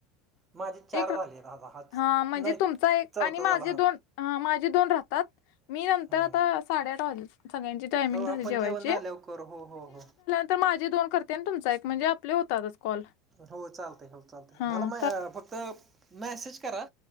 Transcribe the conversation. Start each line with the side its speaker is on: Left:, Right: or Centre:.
Right: माझे चार
Left: एक
Right: झाले दादा
Left: हा म्हणजे,
Right: नाही
Left: तुमचा एक
Right: चौथा
Left: आणि माझे
Right: झाला हा
Left: दोन माझे दोन राहतात. मी नंतर
Right: हम्म.
Left: आता साडेआठ वाजले, सगळ्यांची टायमिंग
Right: आपण
Left: झाली जेवायची.
Right: जेवण झाल्यावर कर तर हो हो हो हो.
Left: तर माझे दोन करते आणि तुमचा एक म्हणजे आपले होतातच कॉल.
Right: हो चालतंय हो चालतंय.
Left: हां
Right: मला अ फक्त मेसेज करा